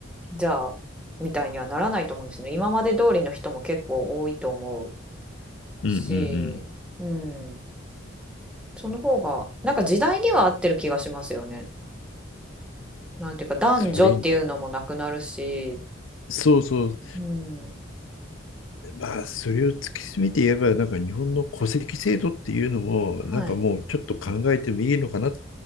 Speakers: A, in the centre; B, on the left.
A: じゃあ、みたいにはならないと思うんですね。今まで通りの人も結構多いと思う
B: うんうんう
A: し、
B: ん。
A: うん。その方が、なんか時代には合ってる気がしますよね。なんていうか、男女っていうのもなくなるし、
B: それに、そうそう、
A: うん。
B: まあ、それを突き詰めて言えば、なんか日本の戸籍制度っていうのも、
A: はい。
B: なんかもうちょっと考えてもいいのかなって、